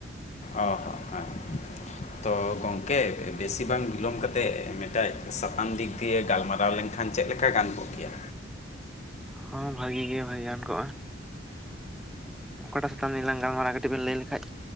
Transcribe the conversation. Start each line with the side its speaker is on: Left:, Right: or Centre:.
Left: ᱚ ᱦᱚᱸ ᱦᱮᱸ ᱦᱮ ᱛᱚ ᱜᱚᱝᱠᱮ ᱵᱮᱥᱤ ᱵᱟᱝ ᱵᱤᱞᱚᱢ ᱠᱟᱛᱮᱜ ᱢᱤᱫᱴᱟᱜ ᱥᱟᱛᱟᱢ ᱫᱤᱠ ᱫᱤᱭᱮ ᱜᱟᱞᱢᱟᱨᱟᱣ ᱞᱮᱱ ᱠᱷᱟᱱ ᱪᱮᱜ ᱞᱮᱠᱟ ᱜᱟᱱ ᱠᱚᱜ ᱠᱮᱭᱟ
Centre: ᱦᱚᱸ ᱵᱷᱟᱹᱜᱤ ᱜᱮ ᱵᱷᱟᱹᱜ ᱜᱟᱱ ᱠᱚᱜᱼᱟ ᱚᱠᱟᱴᱟᱜ ᱥᱟᱛᱟᱢ ᱱᱤᱭᱟᱹ ᱞᱟᱝ ᱜᱟᱞᱢᱟᱨᱟᱜ ᱠᱟᱹᱴᱤᱡ ᱵᱮᱱ ᱞᱟᱹᱭ ᱞᱮᱠᱷᱟᱡ